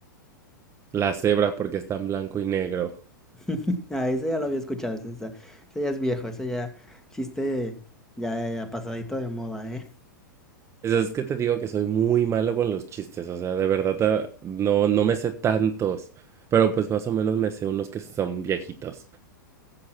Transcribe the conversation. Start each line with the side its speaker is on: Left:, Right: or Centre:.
Right: La cebra porque está en blanco y negro.
Centre: <laughs> Ah, ese ya lo había escuchado. Ese, ese- ese ya es viejo. Ese ya. Chiste ya, ya pasadito de moda, ¿eh?
Right: Es, es que te digo que soy muy malo con los chistes, o sea, de verdad ah, no, no me sé tantos, pero pues más o menos me sé unos que son viejitos.